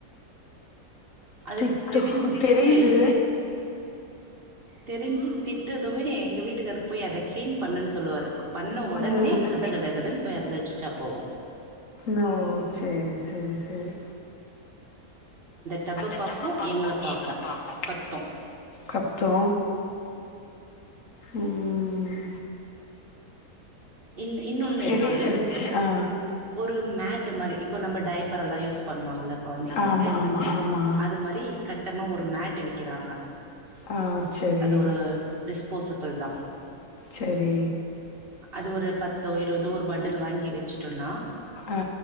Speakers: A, on the right; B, on the left.
A: அது
B: திட்டு
A: தெரிஞ்சிக்கிட்டு
B: தெரியுது
A: தெரிஞ்சு திட்டதுமே எங்க வீட்டுக்கார் போய் அத க்ளீன் பண்ணுன் சொல்லுவாரு பண்ண ஒடனே
B: ம்
A: கட கட கடன் போய் அதுல சுச்சா போகூ
B: னோ சேரி செரி செரி
A: டப்பை
B: அந்த
A: பார்க்கும்
B: டப்ப பாக்கூ
A: எங்களை பார்க்கும்
B: எங்கள பாக்கூ
A: கத்தும்
B: கத்தூ ம்
A: இல இன்னொன்னுருக்கு
B: தெரியுது அதுக்கு ஆ
A: ஒரு மேட்டு மாரி இப்ப நம்ம டயப்பர் எல்லா யூஸ் பண்ணுவாங்கல்ல கொழந்தைங்களுக்கு
B: ஆமா ஆமா ஆமா
A: அது மாரி கட்டமா ஒரு மேட்டு விக்கிறாங்க
B: ஆ செரி
A: அது ஒரு டிஸ்போசிபிள் தா
B: செரி
A: அது ஒரு பத்தோ இருவதோ ஒரு பண்டில் வாங்கி வச்சுட்டோன்னா
B: ஆ